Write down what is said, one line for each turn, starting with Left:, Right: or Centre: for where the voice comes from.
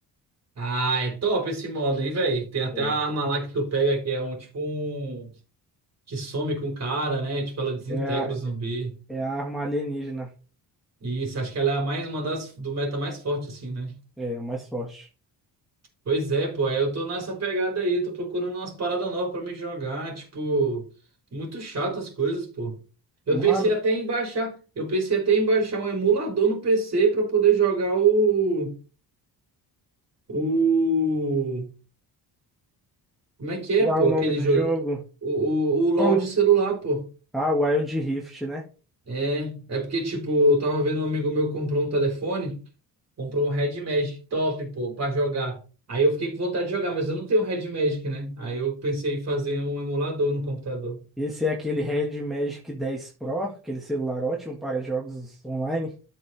Right: Ah, é top esse modo, hein, velho? Tem até
Centre: É,
Right: a arma lá que tu pega que é um tipo um. que some com o cara, né? Tipo, ela desintegra
Centre: é a,
Right: o zumbi.
Centre: é a arma alienígena.
Right: Isso, acho que ela é a mais uma das do meta mais forte, assim, né?
Centre: É, a mais forte.
Right: Pois é, pô, aí eu tô nessa pegada aí, tô procurando umas paradas novas pra me jogar, tipo, muito chato as coisas, pô. Eu
Centre: Mano,
Right: pensei até em baixar, eu pensei até em baixar um emulador no PC pra poder jogar o, o, como é que é,
Centre: qual
Right: pô,
Centre: é o nome
Right: aquele
Centre: do
Right: jogo,
Centre: jogo?
Right: o, o, o LoL
Centre: Como?
Right: de celular, pô.
Centre: Ah, Wild Rift, né?
Right: É, é porque, tipo, eu tava vendo um amigo meu comprou um telefone. Comprou um Red Magic top, pô, pra jogar. Aí eu fiquei com vontade de jogar, mas eu não tenho Red Magic, né? Aí eu pensei em fazer um emulador no computador.
Centre: Esse é aquele Red Magic 10 Pro, aquele celular ótimo para jogos online.